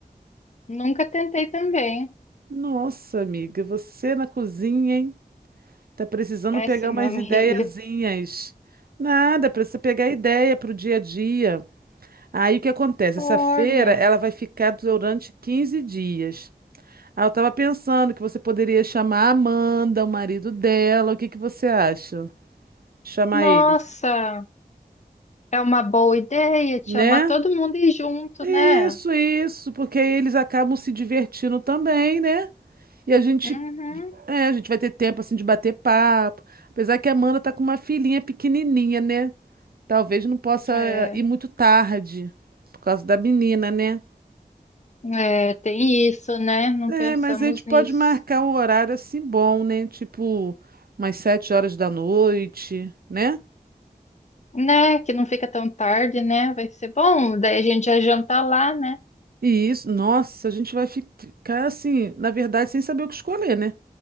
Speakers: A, on the left (about 50°); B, on the right (about 75°).
A: Nunca tentei também.
B: Nossa, amiga, você na cozinha, hein? Tá precisando
A: Péssima
B: pegar umas
A: <laughs>
B: ideiazinhas.
A: amiga.
B: Nada, precisa pegar ideia pro dia a dia. Aí o que acontece?
A: Olha,
B: Essa feira ela vai ficar durante 15 dias. Aí eu tava pensando que você poderia chamar a Amanda, o marido dela. O que que você acha? Chamar
A: nossa,
B: eles,
A: é uma boa ideia te
B: né?
A: chamar todo mundo e ir junto,
B: Isso,
A: né?
B: isso, porque aí eles acabam se divertindo também, né? E a gente,
A: Uhum,
B: é, a gente vai ter tempo assim de bater papo. Apesar que a Amanda tá com uma filhinha pequenininha, né? Talvez não possa
A: é,
B: ir muito tarde por causa da menina, né?
A: é, tem isso, né? Não
B: É,
A: pensamos
B: mas a gente pode
A: nisso,
B: marcar um horário assim bom, né? Tipo, umas sete horas da noite, né?
A: né? Que não fica tão tarde, né? Vai ser bom, daí a gente já janta lá, né?
B: E isso, nossa, a gente vai ficar assim, na verdade, sem saber o que escolher, né?